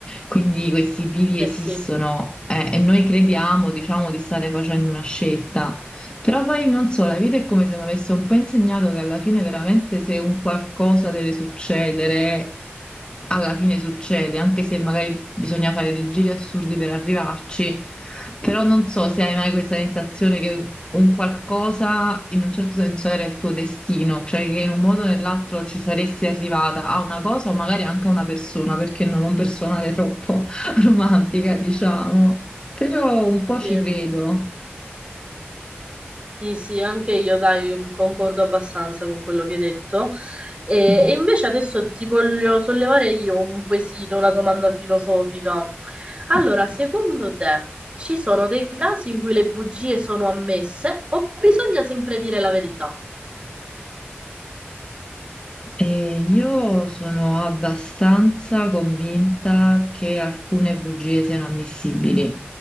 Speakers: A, on the left (about 25°); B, on the right (about 25°).
A: quindi questi bivi
B: Eh
A: esistono,
B: sì,
A: eh, e noi crediamo, diciamo, di stare facendo una scelta. Però poi non so, la vita è come se mi avesse un po' insegnato che alla fine veramente se un qualcosa deve succedere, alla fine succede, anche se magari bisogna fare dei giri assurdi per arrivarci. Però non so se hai mai questa sensazione che un qualcosa in un certo senso era il tuo destino, cioè che in un modo o nell'altro ci saresti arrivata a una cosa o magari anche a una persona, perché non un personale troppo <laughs> romantica, diciamo. Però un po'
B: sì.
A: ci credo.
B: Sì, sì, anche io, dai, mm, concordo abbastanza con quello che hai detto. E,
A: Mm.
B: e invece adesso ti voglio sollevare io un quesito, una domanda filosofica. Allora,
A: Ok.
B: secondo te ci sono dei casi in cui le bugie sono ammesse o bisogna sempre dire la verità?
A: E io sono abbastanza convinta che alcune bugie siano ammissibili.